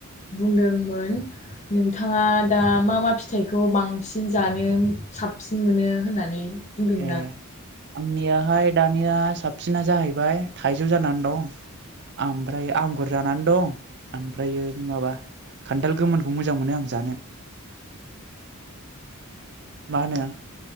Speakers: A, on the left; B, on the right.
A: बुंदोंमोन नोंथाङा दा मा मा फिथाइखौ बांसिन जानो साबसिन मोनो होननानै बुंदोंमोन
B: ए
A: आं।
B: आंनियाहाय दानिया साबसिना जाहैबाय थाइजौ जानानै दं। ओमफ्राय आंगुर जानानै दं ओमफ्रायो माबा खान्थाल गोमोनखौ मोजां मोनो आं जानो।
A: <inaudible>
B: मा होनो